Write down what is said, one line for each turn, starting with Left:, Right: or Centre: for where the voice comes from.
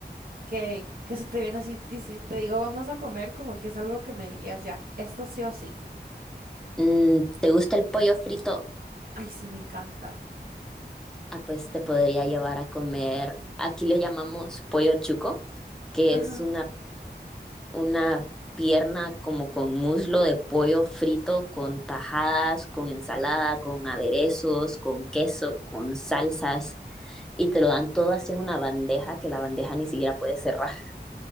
Right: que, que se te viene así, y si te digo vamos a comer, como que es algo que me dirías ya, esto sí o sí.
Centre: Mm, ¿te gusta el pollo frito?
Right: Ay, sí, me encanta.
Centre: Ah, pues te podría llevar a comer, aquí le llamamos pollo chuco, que
Right: Ajá.
Centre: es una una pierna como con muslo de pollo frito, con tajadas, con ensalada, con aderezos, con queso, con salsas, y te lo dan todo así en una bandeja que la bandeja ni siquiera puede cerrar.